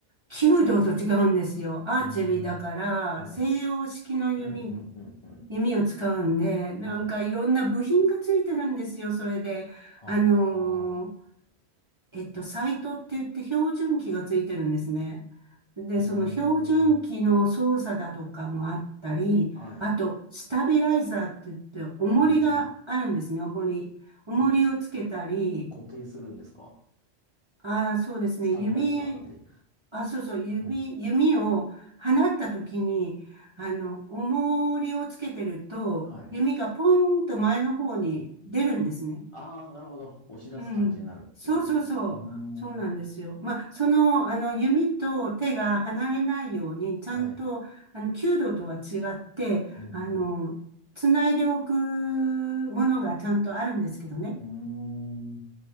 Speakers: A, on the right; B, on the left.
A: 弓道と違うんですよ。アーチェリーだから、
B: うーん。はい。
A: 西洋式の弓、
B: うんうんうんうん。
A: 弓を使うんで、なんかいろんな部品がついてるんですよ、
B: はい。
A: それで。
B: ああ、
A: あのーえっと、サイトって言って標準器がついてるんですね。で、
B: えー、
A: その標準器の操作だとかもあったり、
B: はい。
A: あと、スタビライザーって言って、重りがあるんですね、
B: うんうん。
A: 重り。重りをつけたり、
B: なんか、固定するんですか
A: ああ、そうですね。
B: スタビライザーなんで。
A: 弓あ、そうそう、指、
B: うん。
A: 弓を放った時に、あの、重りをつけてると、
B: はい。
A: 弓がポーンと前の方に出るんですね。
B: ああ、なるほど。押し出す感じになるっていう。
A: うん。そうそうそう。
B: うー
A: そうなんですよ。
B: ん。
A: まあ、その、あの、弓と手が離れないように、ちゃんと、
B: はい。
A: あの、弓道とは違って、
B: うん、
A: あの、つないでおくものがちゃんとあるんですけどね。
B: うん。うーん。